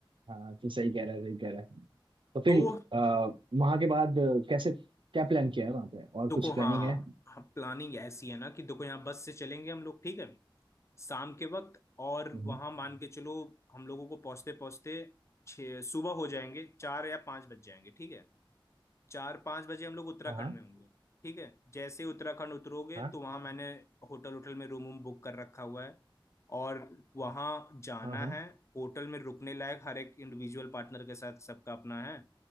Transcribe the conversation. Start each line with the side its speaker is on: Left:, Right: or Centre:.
Right: हाँ तो सही कह रहा है सही कह रहा है तो फिर
Left: तो
Right: आ, वहां के बाद अ, कैसे क्या प्लान किया है वहां पे और
Left: देखो
Right: कुछ प्लानिंग
Left: हाँ
Right: है
Left: प्लानिंग ऐसी है ना कि देखो यहाँ बस से चलेंगे हम लोग ठीक है शाम के वक्त और
Right: हम्म,
Left: वहां मान के चलो हम लोगों को पहुंचते पहुंचते छः सुबह हो जाएंगे चार या पांच बज जाएंगे ठीक है चार पाँच बजे हम लोग उत्तराखंड
Right: हाँ हाँ
Left: में होंगे ठीक है जैसे ही उत्तराखंड उतरोगे
Right: हाँ
Left: तो वहाँ मैंने होटल होटल में रूम वूम बुक कर रखा हुआ है और वहाँ जाना
Right: हाँ हाँ
Left: है होटल में रुकने लायक हर एक इंडिविजुअल पार्टनर के साथ सबका अपना है